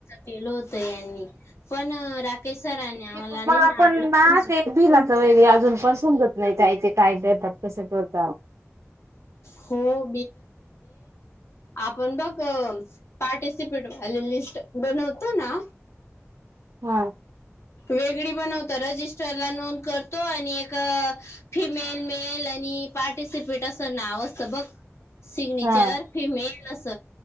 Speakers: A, on the left; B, on the right.
A: केल होत यांनी पण राकेश सरांनी आम्हाला
B: ते
A: नाही
B: मला पण
A: आणलं
B: ना ते बिलाचं वगरे अजून पण समजत नाही जायचे काय जतात कसं करतात
A: हो आपण ब प्टसिपेट होत ना
B: हा
A: वेगळी बनवत रजिस्टला नोंद करतो आणि एक फिमेल मेल आणि पार्टिसिपेट असं नाव असतं बघ सिग्नेचर
B: हा
A: फिमेल अस